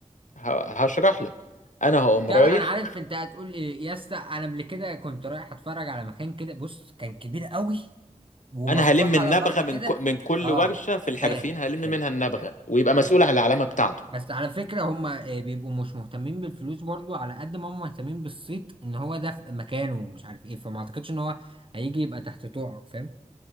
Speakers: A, on the left; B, on the right.
A: ه- هشرح لك انا هقوم
B: تعرف
A: رايح
B: انا عارف انت هتقول ايه يا اسطى انا قبل كده كنت رايح اتفرج على مكان كده بص كان كبير قوي ومفتوح
A: انا هلم النبغه
B: على بعض كده
A: من ك... من كل
B: اه
A: ورشه في الحرفيين
B: فاهم
A: هلم
B: فاهم
A: منها النبغه ويبقى مسؤول
B: فاهم
A: عن العلامه بتاعته
B: بس على فكره هم آه، بيبقوا مش مهتمين بالفلوس برضو على قد ما هم مهتمين بالصيت ان هو ده في مكانه ومش عارف ايه فما اعتقدش ان هو هيجي يبقى تحت طوعك فاهم